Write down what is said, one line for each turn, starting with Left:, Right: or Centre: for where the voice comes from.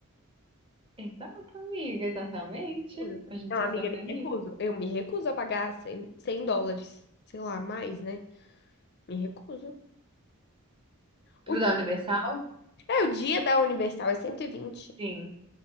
Right: Exato, amiga, exatamente.
Left: Juro.
Right: A gente
Left: Não, amiga,
Right: se organiza.
Left: me recuso. Eu me recuso a pagar 100 100 dólares. Sei lá, mais, né? Me recuso.
Right: Pro
Left: O,
Right: da Universal?
Left: é, o dia da Universal é 120.
Right: Sim.